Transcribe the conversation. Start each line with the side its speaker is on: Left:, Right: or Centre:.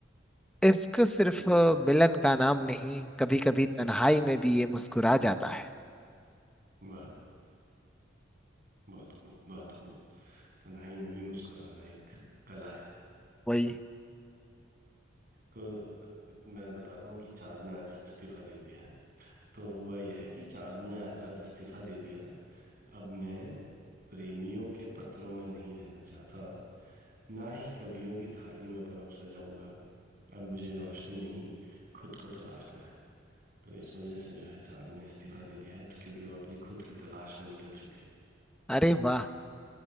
Centre: इश्क सिर्फ
Right: हम्म,
Centre: मिलन का नाम नहीं कभी कभी तन्हाई में भी ये मुस्कुरा जाता है
Right: वाह बहुत खूब बहुत खूब तन्हाई में भी मुस्कुराना एक कला है
Centre: वही
Right: तो अ, मैं बताता हूँ कि चांद ने आज इस्तीफा दे दिया है तो हुआ यह है कि चांद ने आज रात इस्तीफा दे दिया अब मैं प्रेमियों के पत्रों में नहीं रहना चाहता ना ही कवियों की थाली में परोसा जाऊंगा अब मुझे रोशनी नहीं खुद को तलाशना है तो इस वजह से जो है चांद ने इस्तीफा दे दिया है तो क्योंकि वो अपनी खुद की तलाश में निकल चुके हैं
Centre: अरे वाह